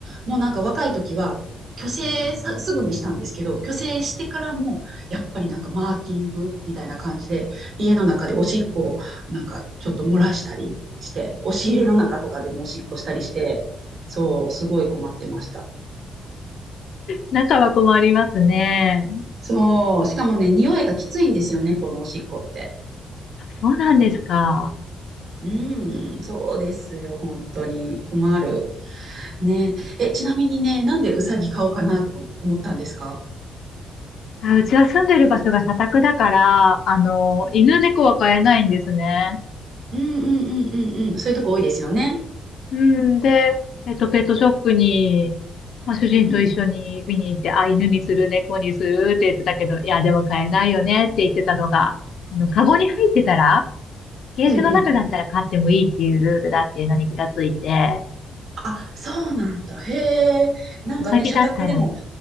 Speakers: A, on the right (about 70°); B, on the left (about 70°).
A: もうなんか若い時は、去勢さすぐにしたんですけど、去勢してからも、やっぱりなんかマーキングみたいな感じで、家の中でおしっこをなんかちょっと漏らしたりして、押し入れの中とかでもおしっこしたりして、そう、すごい困ってました。
B: 仲は困りますね。
A: そう、しかもね、匂いがきついんですよね、このおしっこって。
B: あそうなんですか。
A: うん、そうですよ、本当に。困る。ねえ、ちなみにね、なんでうさぎ買おうかなとか思ったんですか
B: あ、うちは住んでる場所が社宅だから、あの、犬猫は飼えないんですね。
A: うんうんうんうんうんうん。そういうとこ多いですよね。
B: うんで、えっと、ペットショップに、まあ、主人と一緒に見に行って、
A: うん。
B: あ、犬にする、猫にするって言ってたけど、いや、でも飼えないよねって言ってたのが、あの、カゴに入ってたら、ケージの中だったら飼ってもいいっていうルールだっていうのに気がついて、
A: うんうん。あ、そうなんだ。へえ。なんかね、
B: ウサギだったら、
A: 社宅でも、